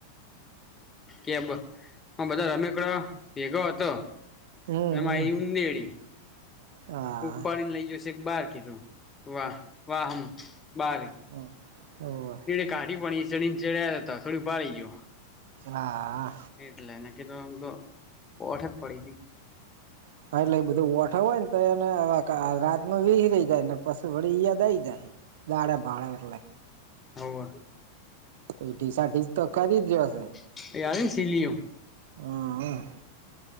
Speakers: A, on the left; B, on the right.
A: જે <unintelligible> <unintelligible>
B: હમ હા
A: ઉપાડીને લઇ જશે એક બાર કીધું વાહ વાહ <unintelligible>
B: હ હોવ
A: <unintelligible>
B: હા
A: <unintelligible>
B: <unintelligible> <unintelligible>
A: હોવ
B: <unintelligible>
A: <unintelligible>
B: હા